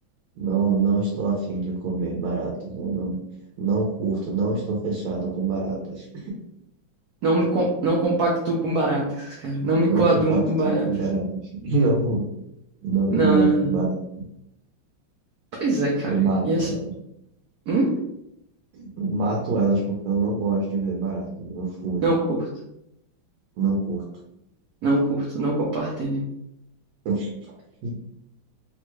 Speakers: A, on the right; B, on the right.
A: Não, não estou afim de comer baratas. Eu não, não curto, não estou fechado com baratas.
B: Não me com- não compacto com baratas, cara. Não me
A: Não
B: coaduno
A: compartilho
B: com baratas.
A: com baratas. <laughs> Não, vou- não
B: Não,
A: gosto
B: não, não.
A: de baratas.
B: Pois é, cara.
A: Eu mato
B: E assim,
A: elas.
B: hum?
A: Eu mato elas porque eu não gosto de ver baratas. Eu fujo.
B: Não curto.
A: Não curto.
B: Não curto, não compartilho.
A: <laughs>